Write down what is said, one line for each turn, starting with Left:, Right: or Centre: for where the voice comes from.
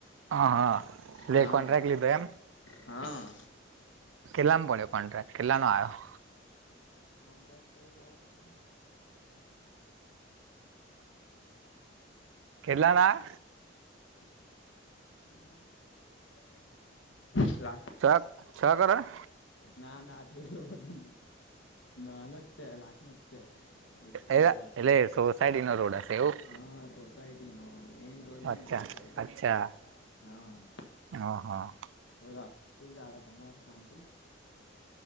Right: હા હા લે
Left: હા
Right: કોન્ટ્રાક્ટ લીધો એમ.
Left: હા.
Right: કેટલામ પડ્યો કોન્ટ્રાક્ટ કેટલા નો આવ્યો.
Left: કોન્ટેક તો જોવાના
Right: કેટલાના
Left: <unintelligible>
Right: <unintelligible> કરે.
Left: ના ના છે એટલો બધું નહી ન ન જ છે લાખ ન જ છે. એક અઢી
Right: એટલે
Left: લાખ નો
Right: સોસાયટી નો રોડ હશે એવું
Left: હા સોસાયટી નો મેન રોડ નહી
Right: અચ્છા
Left: સોસાયટી નો.
Right: અચ્છા.
Left: હમ્મ.
Right: હ હા.
Left: બોલો શું ચાલ તમારે શાંતિ.